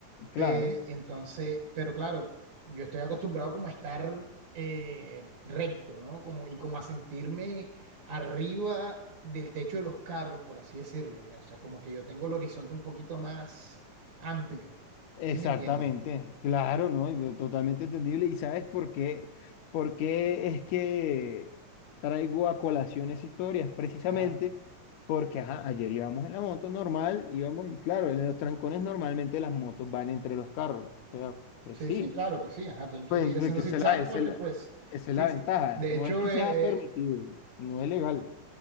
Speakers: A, on the right; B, on the left.
A: Pe-
B: Claro,
A: entonces, pero claro, yo estoy acostumbrado como a estar eh, recto, ¿no? Como, y como a sentirme arriba del techo de los carros, por así decirlo, ya. O sea, como que yo tengo el horizonte un poquito más amplio,
B: exactamente,
A: ¿sí me entiende?
B: claro, ¿no? Y lo Totalmente entendible. ¿Y sabes por qué? ¿Por qué es que traigo a colación esa historia? Es precisamente
A: Ajá.
B: porque, ajá, ayer íbamos en la moto normal, íbamos, y claro, en los trancones normalmente las motos van entre los carros. O sea, pues
A: Sí,
B: sí,
A: sí, claro, pues sí, ajá, tienen que
B: pues
A: ir
B: porque
A: haciendo zigzag
B: esa es la, esa
A: porque
B: es la,
A: pues,
B: esa
A: sí,
B: es la ventaja.
A: de
B: No
A: hecho,
B: es que
A: eh,
B: sea permitido,
A: eh,
B: no es legal.